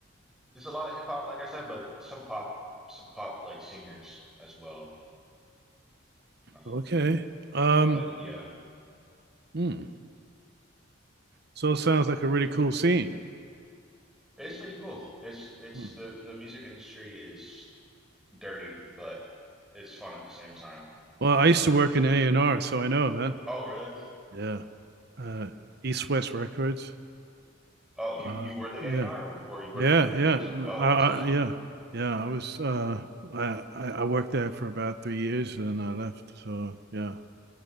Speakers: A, in the centre; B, on the right.
A: there's a lot of hip hop, like I said, but some pop, some pop like singers as well. Um,
B: Okay. Um,
A: but yeah,
B: hmm. So it sounds like a really cool scene.
A: it's pretty cool. It's it's
B: Hmm.
A: the the music industry is dirty, but it's fun at the same time.
B: Well, I used to work in A&R, so I know, man.
A: Oh, really?
B: Yeah. Uh, East West Records.
A: Oh, you
B: Uh,
A: you were the
B: yeah.
A: A and R, or or you worked
B: Yeah,
A: with A and
B: yeah,
A: R's?
B: N-
A: Oh,
B: I, I,
A: that's awesome.
B: yeah, yeah. I was uh, I I I worked there for about three years and I left. So yeah,